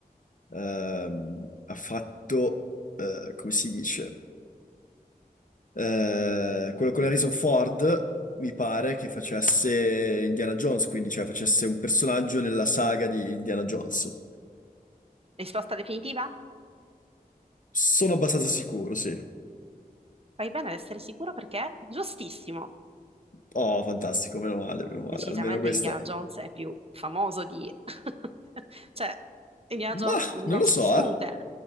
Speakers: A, on the left (about 55°); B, on the right (about 40°).
A: ehm, ha fatto, eh, come si dice, Eh, quello con Harrison Ford, mi pare che facesse Indiana Jones, quindi cioè facesse un personaggio nella saga di Indiana Jones.
B: Risposta definitiva?
A: Sono abbastanza sicuro, sì.
B: Fai bene ad essere sicuro perché è giustissimo.
A: Oh, fantastico, meno male, meno male,
B: Decisamente
A: almeno questa.
B: Indiana Jones è più famoso di... <laughs> cioè, Indiana Jones
A: Ma
B: non
A: non lo
B: si
A: so,
B: discute.
A: eh.